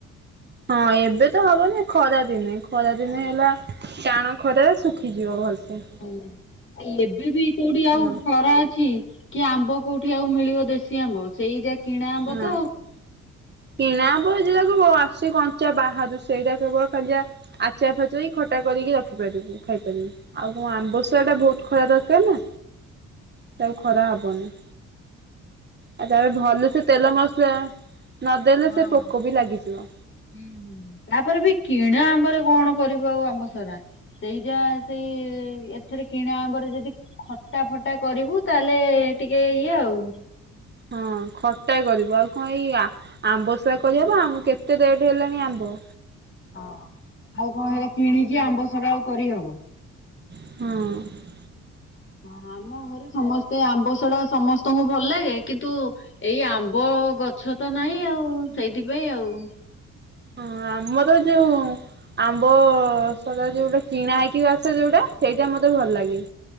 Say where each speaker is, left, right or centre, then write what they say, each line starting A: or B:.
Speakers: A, on the right (about 35°); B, on the left (about 40°).
A: ହଁ ଏବେ ତ ହବନି ଖରା ଦିନେ, ଖରା ଦିନେ
B: ହଁ
A: ହେଲା ଟାଣ ଖରାରେ ଶୁଖିଯିବ ଭଲସେ।
B: ହ ଏବେ ବି କୋଉଠି
A: ହଁ
B: ଆଉ ଖରା ଅଛି କି ଆମ୍ବ କୋଉଠି ଆଉ ମିଳିବ ଦେଶ ସି ଆମ୍ବ। ସେଇ ଯା କିଣା ଆମ୍ବ
A: ନା
B: ତ।
A: କିଣା ଆମ୍ବ ଯଟାକୁ ଆସେ କଞ୍ଚା ବାହାରୁ ସେଇଟା କେବଳ ଖାଲି ଯା ଆଚାର ଫାଚ- ଖଟା କରିକି ରଖିପାରିବୁ। ଖାଇପାରିବୁ। ଆଉ କଣ ଆମ୍ବସରା ଟା ବହୁତ ଖରା ଦରକାର ନା, ସେ ଆଉ ଖରା ହବନି। ଆଉ ତାପରେ ଭଲ ସେ ତେଲ ମସଲା ନଦେଲେ
B: ହଁ
A: ସେ ପୋକ ବି ଲାଗିଯିବ।
B: ହୁଁ, ହୁଁ। ତାପରେ ବି କିଣା ଆମ୍ବରେ କଣ କରିବ ଆଉ ଆମ୍ବ ସରା ସେଇ ଯା ସେଇ ଏଥରେ କିଣା ଆମ୍ବରେ ଯଦି ଖଟା ଫଟା କରିବୁ ତାହେଲେ, ଟିକେ ଇଏ ଆଉ।
A: ହଁ, ଖଟା କରିବୁ। ଆଉ କଣ ଏଇ ଆ ଆମ୍ବସରା କରି ହବ? ଆମ୍ବ କେତେ ରେଟ ହେଲାଣି ଆମ୍ବ।
B: ହଁ, ଆଉ କଣ ସେରା କିଣିକି ଆମ୍ବ ସରା ଆଉ କରିହବ?
A: ହୁଁ।
B: ହଁ, ଆମ ଘରେ ସମସ୍ତେ ଆମ୍ବସଡା ସମସ୍ତେ ତମକୁ ଭଲ ଲାଗେ? କିନ୍ତୁ, ଏଇ ଆମ୍ବ ଗଛ ତ ନାଇଁ ଆଉ। ସେଇଥିପାଇଁ ଆଉ।
A: ହଁ, ଆମର ଯୋଉ ଆମ୍ବ ସଢ଼ା ଯୋଉୋଟା କିଣା ହେଇକି ଆସେ ଯୋଉଟା? ସେଇଟା ମତେ ଭଲ ଲାଗେ।